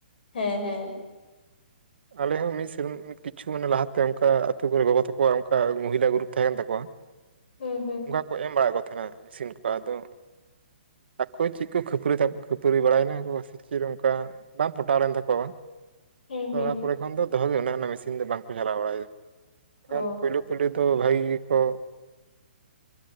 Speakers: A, on the left (about 60°); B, on the right (about 70°).
A: ᱦᱮᱸ ᱦᱮᱸ
B: ᱟᱞᱮ ᱦᱚᱸ ᱢᱤᱫ ᱥᱮᱨᱢᱟ ᱠᱤᱪᱷᱩ ᱢᱟᱱᱮ ᱞᱟᱦᱟᱛᱮ ᱚᱱᱠᱟ ᱟᱛᱳ ᱠᱚᱨᱮ ᱜᱚᱜᱚ ᱛᱟᱠᱚᱣᱟ, ᱚᱱᱠᱟ ᱢᱚᱦᱤᱞᱟ ᱜᱩᱨᱩᱯ ᱛᱟᱦᱮᱸ ᱠᱟᱱ ᱛᱟᱠᱚᱣᱟ᱾
A: ᱦᱩᱸ ᱦᱩᱸ
B: ᱚᱱᱠᱟ ᱠᱚ ᱮᱢ ᱵᱟᱲᱟ ᱠᱚ ᱛᱟᱦᱮᱸ ᱱᱟ ᱢᱮᱥᱤᱱ ᱠᱚ ᱾ ᱟᱫᱚ ᱟᱠᱚ ᱪᱤᱫ ᱠᱚ ᱠᱷᱟᱹᱯᱟᱹᱨᱤ <unintelligible> ᱠᱷᱟᱹᱯᱟᱹᱨᱤ ᱵᱟᱲᱟᱭ ᱱᱟ, ᱥᱮ ᱪᱮᱫ ᱚᱱᱠᱟ ᱵᱟᱝ ᱯᱚᱴᱟᱣ ᱞᱮᱱ ᱛᱟᱠᱚᱣᱟ ᱾
A: ᱦᱩᱸ ᱦᱩᱸ
B: ᱚᱱᱟ ᱯᱚᱨᱮ ᱠᱷᱚᱱ ᱫᱚ ᱫᱚᱦᱚ ᱜᱮ ᱢᱮᱱᱟᱜᱼᱟ ᱢᱮᱥᱤᱱ ᱫᱚ ᱵᱟᱝ ᱠᱚ ᱪᱟᱞᱟᱣ ᱵᱟᱲᱟᱭ ᱮᱫᱟ᱾ ᱵᱟᱝ ᱠᱷᱟᱱ
A: ᱚ
B: ᱯᱳᱭᱞᱳ ᱯᱩᱭᱞᱩ ᱫᱚ ᱵᱷᱟᱜᱮ ᱜᱮ ᱠᱚ